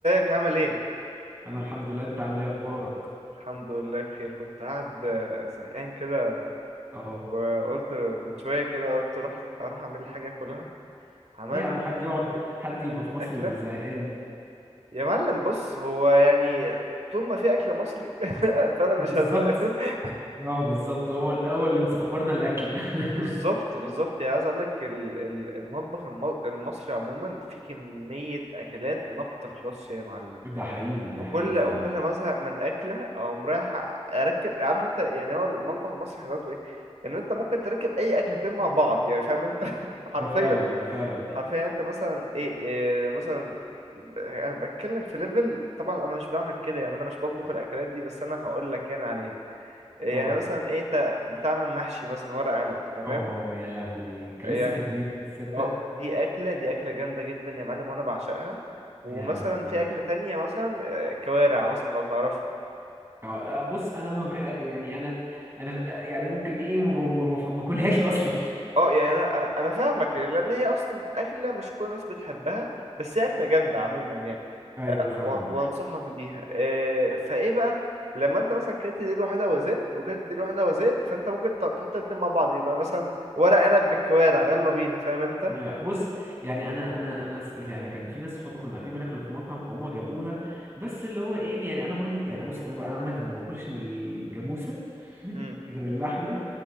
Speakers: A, on the right; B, on the right.
A: ازيك عامل ايه؟
B: انا الحمد لله انت عامل ايه اخبارك
A: الحمد لله بخير كنت قاعد آه، زهقان كده
B: اه
A: وقلت من شوية كده قلت اروح اروح اعمل لي حاجة اكلها عملت
B: ليه يا عم حد
A: حت-
B: يقعد حد
A: حتة
B: يبقى في مصر
A: أكلة
B: ويبقى زهقان
A: يا معلم بص هو يعني طول ما في أكل مصري <laughs> فأنا مش
B: بالظبط
A: هزهق <laughs>
B: اه بالظبط هو الاول اللي مصبرنا الاكل <laughs>
A: بالظبط بالظبط يعني عايز اقول لك ال- ال- المطبخ الم- المصري عموما فيه كمية أكلات ما بتخلصش يا معلم
B: ده حقيقي ده
A: وكل
B: حقيقي فعلا
A: وكل ما ازهق من اكله اقوم رايح اركب عارف انت يعني هو المطبخ المصري حلاوته ايه ان انت ممكن تركب اي اكلتين مع بعض يعني فاهم انت <laughs> حرفيا
B: ده فعلا ده فعلا
A: حرفيا يعني انت مثلا ايه, إيه مثلا ب- انا بتكلم في ليفل طبعا انا مش بعمل كده يعني انا مش بطبخ الاكلات دي بس انا هقول لك يعني عليها يعني
B: اه
A: مثلا ايه انت بتعمل محشي مثلا ورق عنب تمام
B: اه يا لهوي كان
A: يعني
B: لسه في دماغي تصدق
A: اه دي اكله دي اكله جامده جدا يا معلم وانا بعشقها ومثلا
B: يا لهوي
A: في اكله تانية مثلا آه، كوارع مثلا لو تعرفها
B: اه آه، بص انا ما بح يعني انا انا يعني ممكن ايه ما ب- ما بف- ما باكلهاش اصلا
A: اه يعني انا انا أنا فاهمك لان هي اصلا اكله مش كل الناس بتحبها بس هي اكله جامده عموما يعني
B: <laughs> ايوه
A: آه،
B: فاهمك
A: و- وانصحك بيها آه، فايه بقى لما انت مثلا كلت دي لوحدها وزيت وكلت دي لوحدها وزيت فانت ممكن ت- تحط الاتنين مع بعض يبقى مثلا ورق عنب بالكوارع يلا بينا فاهم انت
B: هي بص يعني انا انا انا س- يعني كان في ناس صحابي كنا قاعدين بناكلوا في مطعم فهم جابوها بس اللي هو ايه يعني انا برضو يعني بص انا بقى عامه ما باكلش من الجاموسه <laughs>
A: امم
B: غير اللحمه